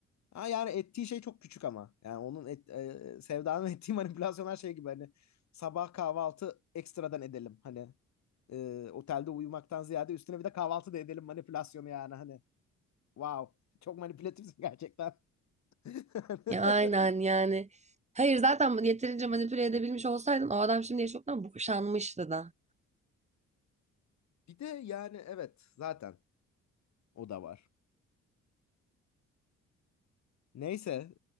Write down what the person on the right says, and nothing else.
Ya aynen yani. Hayır zaten yeterince manipüle edebilmiş olsaydın o adam şimdiye çoktan boşanmıştı da.